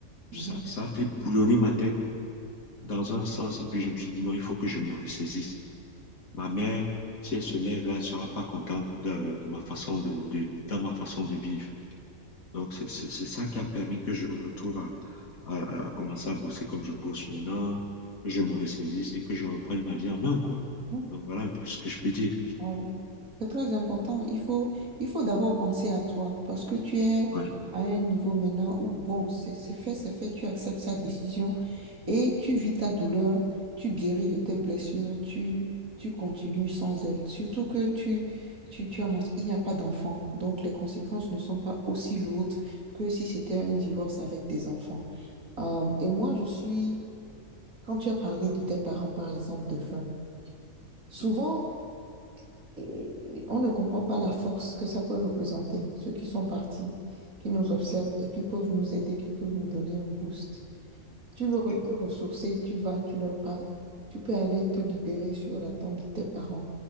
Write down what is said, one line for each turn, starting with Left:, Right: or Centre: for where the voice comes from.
Right: mhm,
Left: Ça, ça a fait bouillonner ma tête dans un sens. Et puis, je me suis dit, non, il faut que je me ressaisisse. Ma mère, si elle se lève là, elle sera pas contente de, de ma façon de, de, dans ma façon de vivre. Donc, c'est c'est- c'est ça qui a permis que je me retrouve à, à- à commencer à bosser comme je bosse maintenant, que je me ressaisisse et que je reprenne ma vie en main, quoi.
Right: mhm,
Left: Donc, voilà un peu ce que je peux dire.
Right: ouais. C'est très important.
Left: Mm.
Right: Il faut, il faut d'abord penser à toi parce que tu es
Left: Ouais.
Right: à un niveau maintenant où, bon, c'est c'est fait, c'est fait, tu acceptes sa décision et tu vis ta douleur, tu guéris de tes blessures, tu, tu continues sans elle. Surtout que tu, tu, tu as mens- il n'y a pas d'enfant. Donc, les conséquences ne sont pas aussi lourdes que si c'était un divorce avec des enfants. Euh, et moi, je suis, quand tu as parlé de tes parents, par exemple, de faim, souvent,
Left: Mm.
Right: et on ne comprend pas la force que ça peut représenter, ceux qui sont partis, qui nous observent
Left: Mm.
Right: et qui peuvent nous aider, qui peuvent nous donner un boost. Tu veux re-
Left: Oui,
Right: te ressourcer, tu vas, tu leur parles. Tu peux aller te libérer sur la tombe de tes parents.